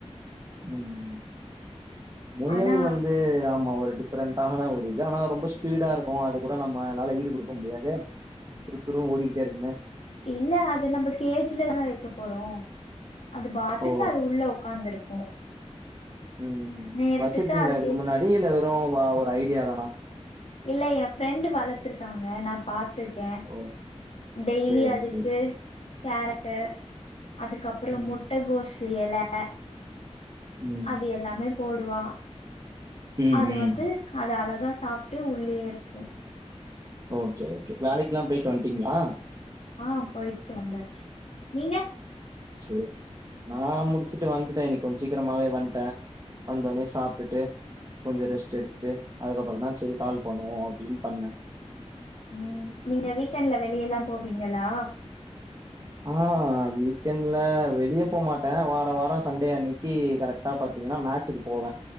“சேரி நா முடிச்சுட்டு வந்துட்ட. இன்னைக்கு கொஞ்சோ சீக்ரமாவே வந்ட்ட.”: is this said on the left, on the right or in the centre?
Right